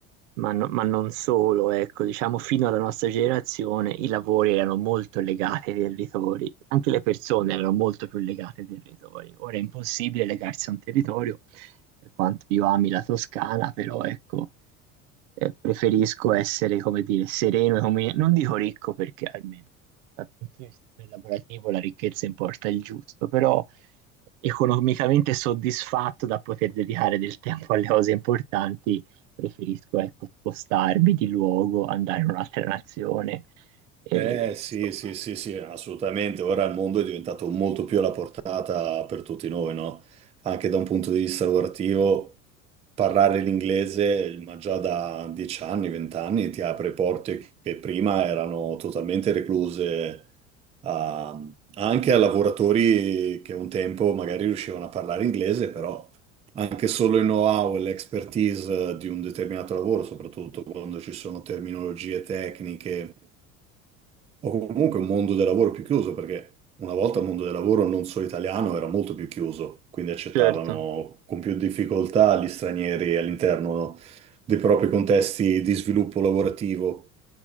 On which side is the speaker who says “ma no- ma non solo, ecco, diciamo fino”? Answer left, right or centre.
Right